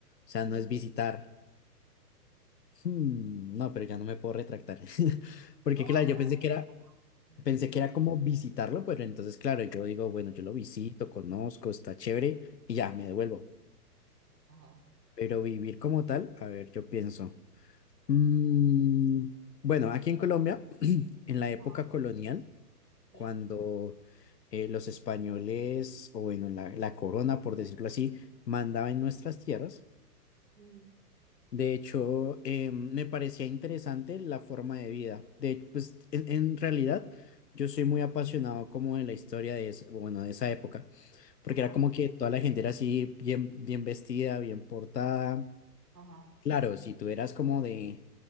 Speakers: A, on the left (about 80°); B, on the right (about 85°).
A: o sea,
B: ujú.
A: no es visitar. Hmm, no, pero ya no me puedo retractar. <laughs> Porque
B: No,
A: claro,
B: está
A: yo pensé que
B: bien.
A: era, pensé que
B: Ajá.
A: era como visitarlo, pero entonces claro, yo digo, bueno, yo lo visito, conozco, está chévere y ya, me devuelvo.
B: Ajá.
A: Pero vivir como tal, a ver, yo pienso. Mm, bueno, aquí en Colombia, en la época
B: Ajá.
A: colonial,
B: Sí.
A: cuando eh, los españoles, o bueno, la, la corona, por decirlo así, mandaba en nuestras tierras.
B: Ujú.
A: De hecho, eh, me parecía interesante la forma de vida. De, pues, en, en realidad, yo soy muy apasionado como de la historia de, es- bueno, de esa época, porque
B: Ajá.
A: era como que toda la gente era así, bien, bien vestida, bien portada
B: Ajá.
A: Claro, si tú eras como de,